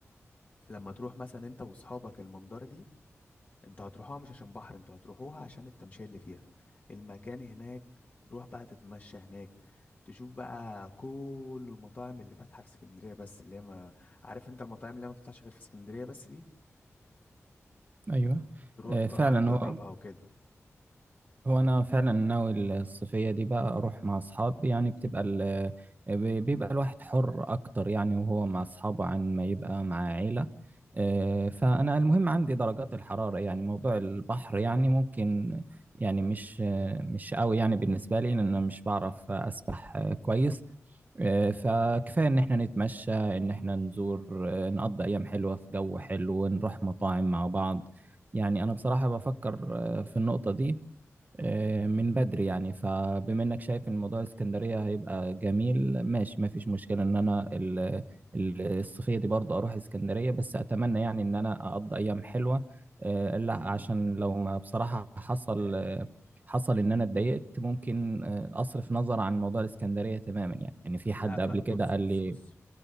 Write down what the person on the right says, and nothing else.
أيوه
آه،
فعلا
هو
هو انا فعلا ناوي الصيفيه دي بقى اروح مع اصحابي يعني بتبقى ال... بيبقى الواحد حر اكتر يعني وهو مع اصحابه عن ما يبقى مع عيله آه، فانا المهم عندي درجات الحراره يعني موضوع البحر يعني ممكن يعني مش مش قوي يعني بالنسبه لي لان انا مش بعرف اسبح كويس آه، فكفايه ان احنا نتمشى ان احنا نزور آه، نقضي ايام حلوه في جو حلو ونروح مطاعم مع بعض يعني انا بصراحه بفكر آه، في النقطه دي آه، من بدري يعني فبما انك شايف ان موضوع الاسكندريه هيبقى جميل ماشي ما فيش مشكله ان انا ال- ال- الصيفيه دي برضه اروح اسكندريه بس اتمنى يعني ان انا اقضي ايام حلوه آه، الا عشان لو ما بصراحه حصل آه، حصل ان انا اتضايقت ممكن آه، اصرف نظر عن موضوع الاسكندريه تماما يعني يعني في حد
قبل
كده
قال
لي